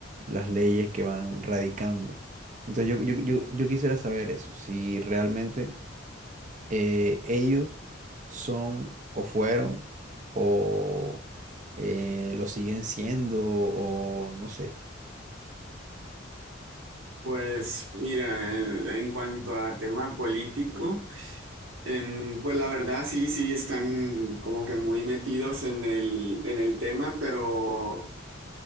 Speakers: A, on the right; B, on the right.
A: las leyes que van radicando. Entonces yo, yo- yo- yo quisiera saber eso, si realmente eh, ellos son o fueron o eh, lo siguen siendo o no sé.
B: Pues mira, en en cuanto a tema político, em, pues la verdad sí, sí están como que muy metidos en el, en el tema, pero